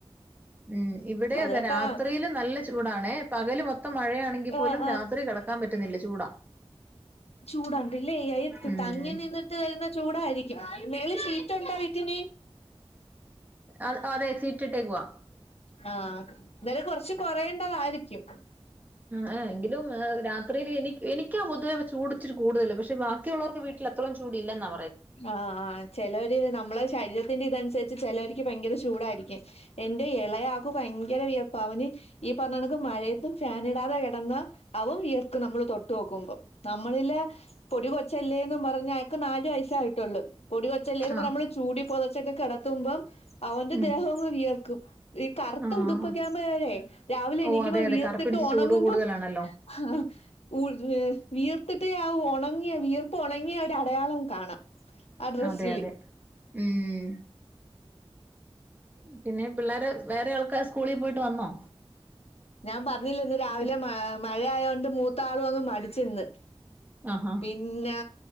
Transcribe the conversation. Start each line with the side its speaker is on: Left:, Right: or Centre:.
Right: ഉം ഇവിടെ അതെ
Left: കേട്ടാ
Right: രാത്രിയില് നല്ല ചൂടാണേ പകല് മൊ മഴയാണെങ്കിൽ പോലും
Left: ആഹ്
Right: രാത്രി കടക്കാൻ പറ്റുന്നില്ല ചൂടാ
Left: ചൂടണ്ടല്ലേ അ
Right: ഉം
Left: തങ്ങി നിന്നിട്ട് വരുന്ന ചൂടായിരിക്കും മേളീ സീറ്റ് ഉണ്ടാ വിട്ടിൽ <inaudible>
Right: അ അതെ സീറ്റിട്ടേക്കുവാ
Left: ആ ന്താലും കുറച്ച് കൊറേണ്ടവായിരിക്കും <inaudible>
Right: ആ എങ്കിലും രാത്രിയിൽ എനിക്ക് എനിക്കാ പൊതുവേ ചൂട് ഇിച്ചിരി കൂടുതല് പക്ഷെ ബാക്കിയുള്ളവർക്ക് വീട്ടിൽ അത്രയും ചൂട് ഇല്ലെന്നാ
Left: ആ ആ ചിലര് നമ്മളെ ശരീര തിന്റെ ഇതനുസരിച്ച് ചിലർക്ക് ഭയങ്കര ചൂടായിരിക്കും എന്റെ ഇളയാൾക്ക് ഭയങ്കര വിയർപ്പാ അവന് ഈ പറഞ്ഞണക്ക് മഴയത്തും ഫാൻ ഇടാതെ കിടന്ന അവൻ വിയർക്കും നമ്മള് തൊട്ട്നോക്കുമ്പോ മ്മളില്ലെ പൊടി കൊച്ചല്ലേന്ന് പറഞ്ഞ് വക്ക് നാല് വയ ട്ടൊള്ള് പൊടി കൊച്ചല്ലെന്നും പറഞ്ഞ്
Right: ആഹ്
Left: നമ്മള് ചൂടി പോ ച്ചൊക്കെ കിടത്തുമ്പോം അവന്റെ
Right: ഉം
Left: ദേഹവങ് വിയർ ക്കും ഈ കറുത്ത
Right: ആഹ്
Left: ഉടുപ്പൊക്കെ ആവുമ്പഴെരെ രാവിലെ
Right: ഓ
Left: എണീക്കുമ്പം
Right: അതെ അതെ
Left: വിയർത്തിട്ട്
Right: കറുപ്പിടിച്ച്
Left: ഉണങ്ങുമ്പോ
Right: ചൂട് കൂടുതലാണല്ലോ
Left: <unintelligible> വിയർത്തിട്ട് ആ ഉണങ്ങിയ വയർപ്പ് ഉണങ്ങിയ ഒരു അടയാളം കാണാം ആ ഡ്രസ്സില്
Right: അതെ അതെ ഉം പിന്നെ പിള്ളാര് വേറെ ആള്ക്കാര് സ്കൂളി പോയിട്ട് വന്നോ
Left: ഞാൻ പഞ്ഞില്ലേ ഇന്ന് രാവിലെ
Right: കുട്ടി
Left: മ മഴയായോണ്ട് മൂത്താളും അങ്ങ് മടിച്ചിന്ന്
Right: ആഹാ
Left: പിന്ന ങാ